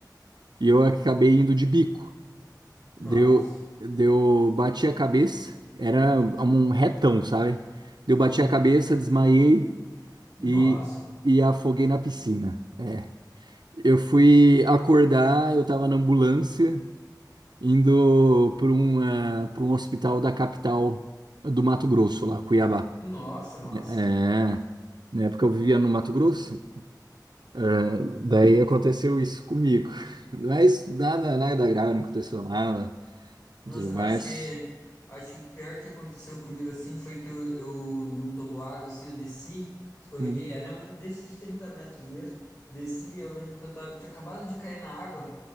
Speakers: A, on the right (about 75°); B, on the left (about 45°).
A: e eu acabei indo de bico. Deu,
B: Nossa.
A: deu, bati a cabeça, era um retão, sabe? Deu, bati
B: Uhum.
A: a cabeça, desmaiei
B: Nossa.
A: e, e afoguei na piscina. É, Eu fui acordar, eu tava na ambulância indo para um, eh, pra um hospital da capital do Mato Grosso, lá, Cuiabá.
B: Nossa, nossa.
A: É, na época eu vivia no Mato Grosso, né? daí aconteceu isso comigo. <laughs> Mas nada, nada grave, não aconteceu nada
B: Nossa,
A: demais.
B: acho que acho que o pior que aconteceu comigo assim foi que eu, eu num toboágua assim, eu desci, escorreguei,
A: Hum,
B: era um desses de 30 metros mesmo. Desci, eu lembro que eu, tava, eu tinha acabado de cair na água.